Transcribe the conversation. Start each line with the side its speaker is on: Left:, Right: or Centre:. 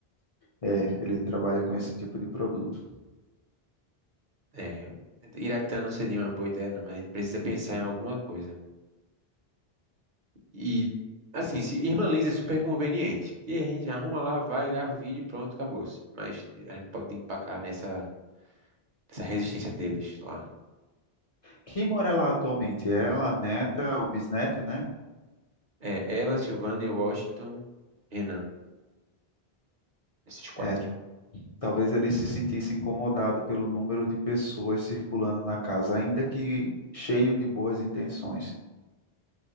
Left: É, ele trabalha com esse tipo de produto.
Right: É, Iraquitã não seria uma boa ideia, não, mas a gente precisa pensar em alguma coisa. E, assim, se Irmã Liz é super conveniente. E a gente arruma lá, vai gravar vídeo, pronto, acabou-se. Mas a gente pode empacar nessa, nessa resistência deles lá.
Left: Quem mora lá atualmente? É Ela, a neta, o bisneto, né?
Right: É ela, Silvânia, Washington, Renan, esses quatro.
Left: É, talvez ele se sentisse incomodado pelo número de pessoas circulando na casa, ainda que cheio de boas intenções.